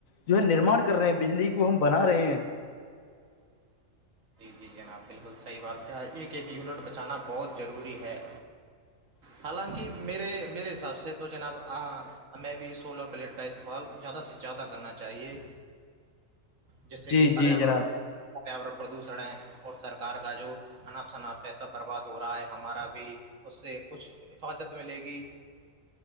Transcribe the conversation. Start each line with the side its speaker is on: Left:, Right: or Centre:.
Left: جو ہے نرمان کر رہے ہیں بجلی کو ہم بنا رہے ہیں
Right: جی جی جناب بالکل صحیح بات کہ ایک ایک یونٹ بچانا بہت ضروری ہے
Left: ہ
Right: حالانکہ میرے میرے حساب سے تو جناب ہمیں بھی سولر پلیٹ کا استعمال زیادہ سے زیادہ کرنا چاہیے جس سے
Left: جی
Right: کہ پریا
Left: جی جناب
Right: پریاورن پردوشن ہے اور سرکار کا جو انپ شناپ پیسہ برباد ہو رہا ہے ہمارا بھی اس سے کچھ حفاظت ملے گی